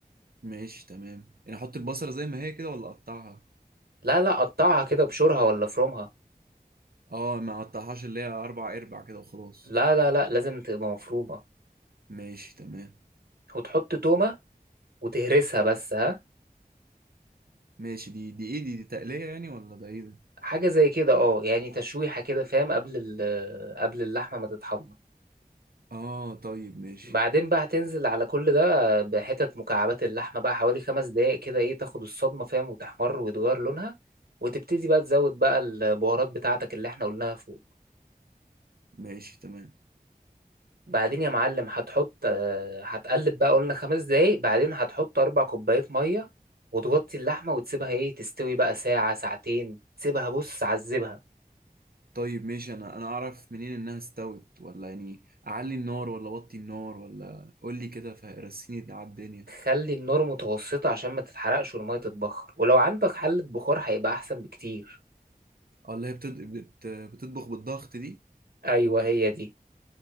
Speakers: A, on the right (about 70°); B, on the right (about 80°).
A: ماشي تمام يعني احط البصلة زي ما هي كده ولا اقطعها
B: لا لا قطعها كده بشورها ولا فرومها
A: اه ما قطعهاش اللي هي اربع ارباع كده وخلاص
B: لا لا لا لازم تبقى مفرومه
A: ماشي تمام
B: وتحط تومه وتهرسها بس ها
A: ماشي دي دي ايه دي دي تقلية يعني ولا ده ايه ده
B: حاجه زي كده اه يعني تشويحه كده فاهم قبل ال- قبل اللحمه ما تتحمر
A: اه طيب ماشي
B: بعدين بقى هتنزل على كل ده بحتت مكعبات اللحمة بقى حوالي خمس دقايق كده ايه تاخد الصدمة فاهم وتحمر ويتغير لونها وتبتدي بقى تزود بقى البهارات بتاعتك اللي احنا قلناها فوق
A: ماشي تمام
B: بعدين يا معلم هتحط آه، هتقلب بقى قلنا خمس دقايق بعدين هتحط أربع كوبايات مية وتغطي اللحمة وتسيبها ايه تستوي بقى ساعة ساعتين تسيبها بص عذبها
A: طيب ماشي انا انا اعرف منين انها استوت ولا يعني اعلي النار ولا اوطي النار ولا قول لي كده فرسيني على الدنيا
B: خلي النار متوسطة عشان ما تتحرقش والمية تتبخر ولو عندك حلة بخار هيبقى أحسن بكتير
A: اه اللي هي بتد... بت... بتطبخ بالضغط دي
B: أيوة هي دي